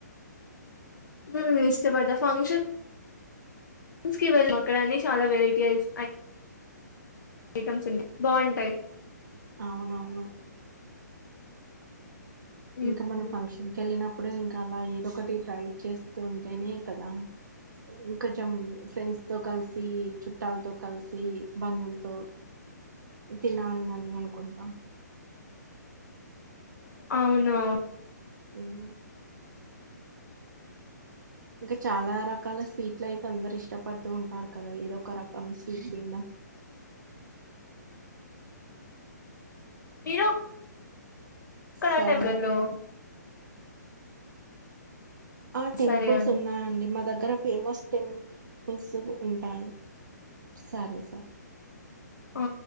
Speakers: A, on the left; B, on the right.
A: హ ఇష్ట పడ్దా ఫంక్షన్ స్ క వెళ్ళ మక్కడన్ని చాలా వెరైటీ యిస్ ఐటమ్స్ ఉంటా బాగుంటాయి
B: అవున అవును
A: ఉమ్
B: ఇంకా మనం ఫంక్షన్ క వెళ్ళినప్పుడు ఇంకా అలా ఏదో ఒకటి ట్రై చేస్తూ ఉంటేనే కదా ఇంకంచెం ఫ్రెండ్స్ తో కలిసి చుట్టాలతో కలిసిబ్ బందులతో తినాలని అనుకుంటాం
A: అవునా
B: ఉమ్. ఇంకా చాలా రకాల స్వీట్లు అయితే అందరు ఇష్టపడుతూ ఉంటారు కదా ఏదో ఒక రకం స్వీట్ తిన
A: మీరు ప్ క్క
B: సరే
A: ఆ టైం గలు
B: అండి ఆ టెంపుల్స్
A: సరే అండి
B: ఉన్నాయండి మా దగ్గర ఫేమస్ టెం పుల్స్ గుడ్ ఉంటాయి సరే సర్
A: ఆ